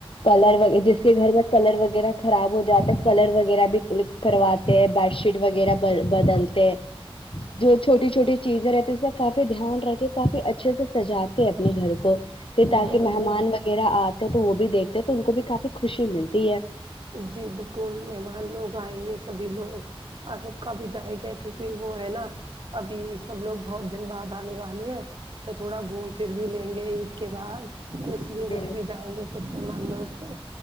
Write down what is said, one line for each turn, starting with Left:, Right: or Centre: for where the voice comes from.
Left: کلر جس کے گھر میں کلر وغیرہ خراب ہو جاتا ہے کلر وغیرہ بھی کرواتے ہے بیڈ شیٹ وغیرہ ب بدلتے ہے جو چھوٹی چھوٹی چیزیں رہتی اس کا کافی دھیان رکھے کافی اچھے سے سجاتے ہے اپنے گھر کو پھر تاکہ
Right: جی
Left: مہمان
Right: جی
Left: وغیرہ آتے تو وہ بھی دیکھتے ہیں تو ان کو بھی کافی خوشی ملتی ہے
Right: جی بالکل مہمان لوگ آئیں گے سبھی لوگ اور رک کر بھی جائے گا کیونکہ وہ ہے نا ابھی سب لوگ بہت دن بعد آنے والے ہیں تو تھوڑا گھوم پھر بھی لیں گے عید کے بعد تو اس لیے
Left: بال
Right: رک بھی جائیں گے کچھ مہمان لوگ تو